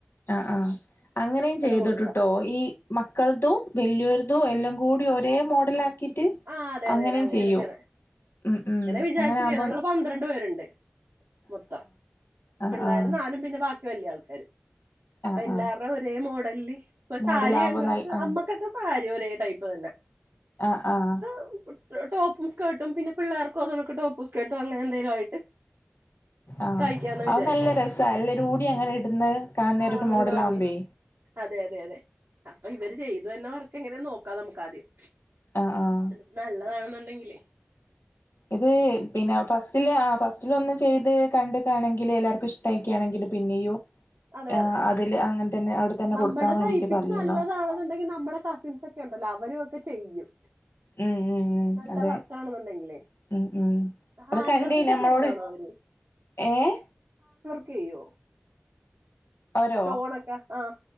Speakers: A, on the left; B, on the right.
A: ആഹ് ആഹ് അങ്ങനെയും ചെയ്തിട്ടുട്ടോ
B: കൊടുക്കാം
A: ഈ മക്കൾതും വല്ല്യോരു തൂ എല്ലാ കൂടി ഒരേ മോഡല ആ ക്കിട്ട്
B: ആഹ് അതെ
A: അങ്ങനെയും
B: അതെ അതെ അങ്ങനെ
A: ചെയ്യു.
B: എടുക്കാനാ
A: ഉം ഉം
B: വിചാരിച്ചിരിക്ക
A: അങ്ങനെ ആവുമ്പോ
B: ഞങ്ങള് പന്ത്രണ്ട് പേരുണ്ട് മൊത്തം
A: ആഹ്
B: പിള്ളേര്
A: ആഹ്
B: നാലും പിന്നെ ബാക് ക് വല്യ ആൾക്കാര് അപ്പൊ
A: ആഹ്
B: എല്ലാർടെ
A: ആഹ്
B: ഒരേ മോഡൽല് ഇപ്പൊ
A: മോഡലാകുമ്പോ
B: സാരിയുണ്ടോക്
A: നൽ ആഹ്
B: അമ്മക്കൊക്കെ സാരി ഒരേ ടൈപ്പ് തന്നെ
A: ആഹ് ആഹ്
B: <unintelligible> ടോപ്പുംസ്കേട്ടും പിന്നെ പിള്ളേർക്കും അത നൊക്കെ ടോപ്പും സ്കേട്ടും അങ്ങനെ എന്തെലു ആയിട്ട്
A: ആഹ്
B: തയ്ക്കാന്നാ
A: അത്
B: വിചാരിക്കണേ
A: നല്ല രസാ എല്ലരുടി അങ്ങനെ ഇട്ന്ന് കാണനേര
B: ആഹ്
A: ഒരു
B: നല്ല
A: മോഡലമ്പഴേ
B: ഭംഗിയാ അതെ അതെ അതെ അപ്പോ ഇവര് ചെയ്ത് തര്ണ വർക്ക് എങ്ങനെ നോക്കാം നമുക്കാദ്യം
A: ആഹ് ആഹ്
B: എന്നിട്ട് നല്ലതാണന്നോണ്ടാങ്കിലേ
A: ഇത് പിന്നെ ഫസ്റ്റില് ആ ഫസ്റ്റിലൊന്ന് ചെയ്യ്ത് കണ്ട്ക്കാണെങ്കില് എല്ലാർക്കും ഇഷ്ടായിക്കാണെങ്കില് പിന്നെയും
B: അതെ
A: ആഹ്
B: അതെ
A: അതില് അങ്ങനെ തന്നെ അവിടെ തന്നെ
B: നമ്മടെ
A: കൊടുക്കാൻ വേണ്ടിട്ട്
B: തയ്പ്പിച്ച്
A: പറയാലോ
B: നല്ലതാണെന്നോണ്ടെങ്കി നമ്മടെ കസിൻസെ ക്കെ ഒണ്ടല്ലോ അവരു ഒക്കെ ചെയ്യും
A: ഉം ഉം ഉം
B: നല്ല
A: അതെ
B: വർക്കാണെന്നുണ്ടെങ്കിലേ
A: ഉം ഉം
B: ഹാൻഡ്
A: അത് കണ്ടി
B: വർക്ക് ഒക്കെ
A: ഞമ്മളോട്
B: ചെയ്യുന്നാണോ അവര്
A: ഏഹ്
B: ക്കോയോ
A: അവരോ
B: സ്റ്റോണെക്കെ ആഹ്